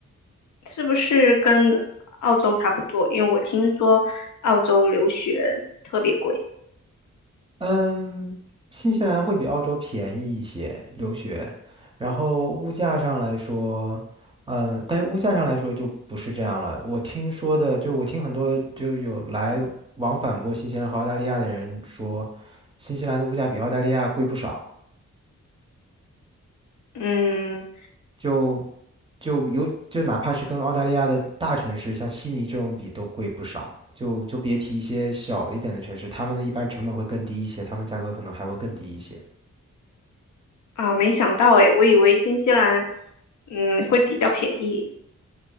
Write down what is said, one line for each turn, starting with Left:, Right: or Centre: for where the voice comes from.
Left: 是不是跟澳洲差不多？因为我听说澳洲留学特别贵。
Right: 嗯，新西兰会比澳洲便宜一些留学，然后物价上来说，嗯，但是物价上来说就不是这样了。我听说的，就是我听很多就有来往返过新西兰和澳大利亚的人说，新西兰的物价比澳大利亚贵不少，
Left: 嗯
Right: 就就有就哪怕是跟澳大利亚的大城市，像悉尼这种比都贵不少，就就别提一些小一点的城市，他们的一般成本会更低一些，他们价格可能还会更低一些。
Left: 啊，没想到诶，我以为新西兰嗯会比较便宜。